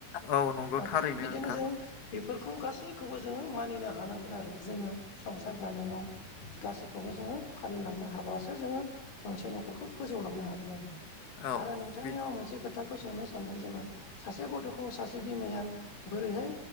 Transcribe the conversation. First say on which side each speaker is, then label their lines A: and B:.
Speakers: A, on the left; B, on the left.
A: औ नंगौ
B: ओ
A: थारैनो
B: थिग बिदिनो
A: नोंथां
B: जों बेफोर खौ गासैखौबो जोङो मानिनो हानांगोन आरो जोङो संसार जानायाव गासैखौबो जोङो फालिलांनो हाबासो जोङो मोनसे नखरखौ फोजौलांनो हागोन आरो
A: औ
B: आरो नोंथांनियाव
A: बिदि
B: आं मोनसे खोथ थाखौ सोंनो सानबाय जेनबा सासे गथखौ सासे बिमाया बोरैहाय?